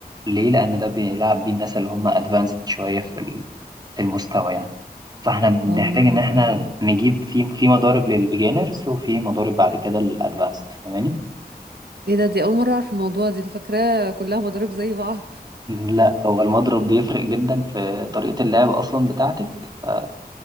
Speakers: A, on the right; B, on the right.
A: ليه لان ده بيلعب بيه الناس اللي هم ادفانسد شويه في ال- في المستوى يعني فاحنا بنحتاج
B: اه
A: ان احنا نجيب في في مضارب للبيجينرز وفي مضارب بعد كده للادفانسد فاهماني
B: ايه ده دي اول مرة اعرف الموضوع دي انا فاكراه كلها مضارب زي بعض
A: لا هو المضرب بيفرق جدا في طريقة اللعب اصلا بتاعتك ف-